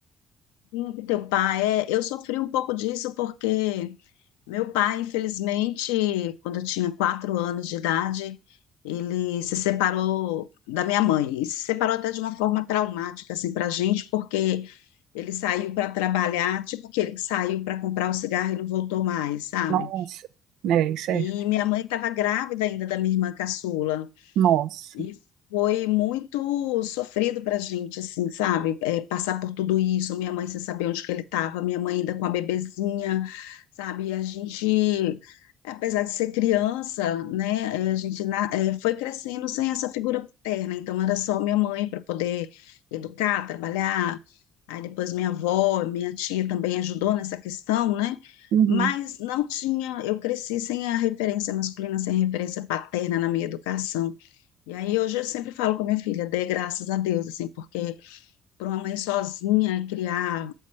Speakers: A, on the left; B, on the right.
A: Sim, Que teu pai é. Eu sofri um pouco disso porque meu pai, infelizmente, quando eu tinha quatro anos de idade, ele se separou da minha mãe. E se separou até de uma forma traumática, assim, pra gente, porque Ele saiu para trabalhar, tipo aquele que saiu para comprar o cigarro e não voltou mais, sabe?
B: Nossa, é, isso
A: E
B: é,
A: minha mãe estava grávida ainda da minha irmã caçula.
B: nossa.
A: E foi muito sofrido pra gente, assim, sabe? É, passar por tudo isso, minha mãe sem saber onde que ele estava, minha mãe ainda com a bebezinha, sabe? E a gente, apesar de ser criança, né? é, A gente na- é, foi crescendo sem essa figura paterna, então era só minha mãe para poder educar, trabalhar. Aí depois minha avó, minha tia também ajudou nessa questão, né?
B: Uhum.
A: Mas não tinha, eu cresci sem a referência masculina, sem a referência paterna na minha educação. E aí hoje eu sempre falo com a minha filha, dê graças a Deus, assim, porque para uma mãe sozinha criar